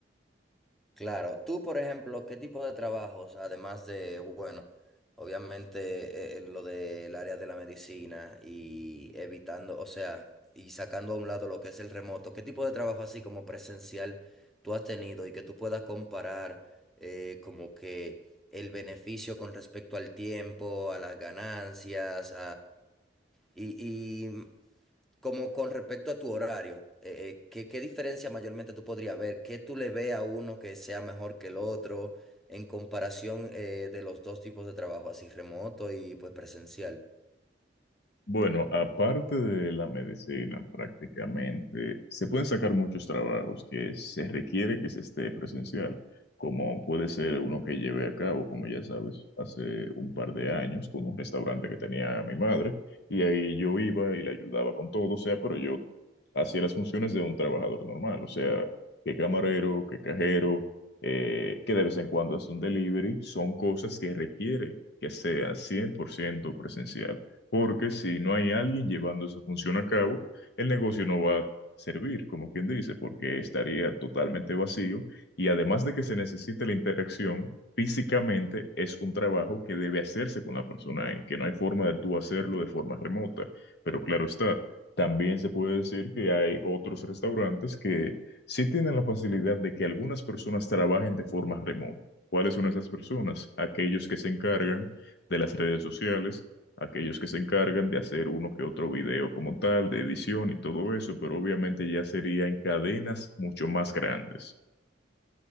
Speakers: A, in the centre; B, on the left.
A: Claro, tú, por ejemplo, ¿qué tipo de trabajos, además de, bueno, obviamente eh, lo del área de la medicina y evitando, o sea, y sacando a un lado lo que es el remoto, ¿qué tipo de trabajo así como presencial tú has tenido y que tú puedas comparar eh, como que el beneficio con respecto al tiempo, a las ganancias, y, y como con respecto a tu horario, eh, eh, ¿qué, qué diferencia mayormente tú podrías ver? ¿Qué tú le ves a uno que sea mejor que el otro en comparación eh, de los dos tipos de trabajo, así remoto y pues presencial?
B: Bueno, aparte de la medicina, prácticamente se pueden sacar muchos trabajos que se requiere que se esté presencial, como puede ser uno que llevé a cabo, como ya sabes, hace un par de años con un restaurante que tenía mi madre, y ahí yo iba y le ayudaba con todo, o sea, pero yo hacía las funciones de un trabajador normal, o sea, que camarero, que cajero, eh, que de vez en cuando hace un delivery, son cosas que requiere que sea 100% presencial porque si no hay alguien llevando esa función a cabo, el negocio no va a servir, como quien dice, porque estaría totalmente vacío y además de que se necesite la interacción, físicamente es un trabajo que debe hacerse con la persona y que no hay forma de tú hacerlo de forma remota, pero claro está. También se puede decir que hay otros restaurantes que sí tienen la facilidad de que algunas personas trabajen de forma remota. ¿Cuáles son esas personas? Aquellos que se encargan de las redes sociales, aquellos que se encargan de hacer uno que otro video como tal, de edición y todo eso, pero obviamente ya sería en cadenas mucho más grandes.